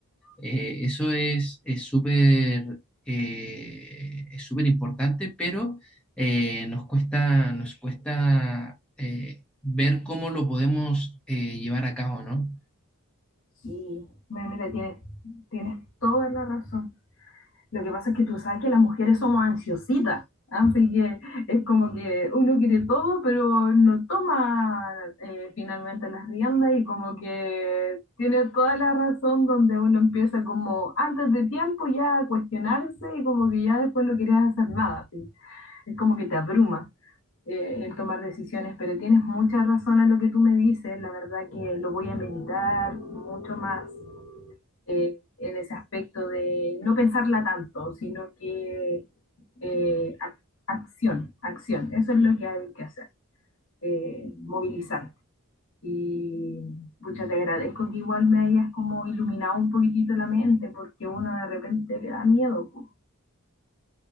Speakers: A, in the centre; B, on the left.
A: Eh, eso es es súper eh, es súper importante, pero eh, nos cuesta, nos cuesta eh, ver cómo lo podemos eh, llevar a cabo, ¿no?
B: Sí, mira, mira, tienes, tienes toda la razón. Lo que pasa es que tú sabes que las mujeres somos ansiositas, así que es como que uno quiere todo, pero no toma eh, finalmente las riendas y como que tiene toda la razón donde uno empieza como antes de tiempo ya a cuestionarse y como que ya después no quieres hacer nada, ¿sí? Es como que te abruma eh, el tomar decisiones, pero tienes mucha razón a lo que tú me dices, la verdad que lo voy a meditar mucho más eh, en ese aspecto de no pensarla tanto, sino que eh, ac- acción, acción, eso es lo que hay que hacer, eh, movilizarte. Y muchas te agradezco que igual me hayas como iluminado un poquitito la mente, porque uno de repente le da miedo. pues.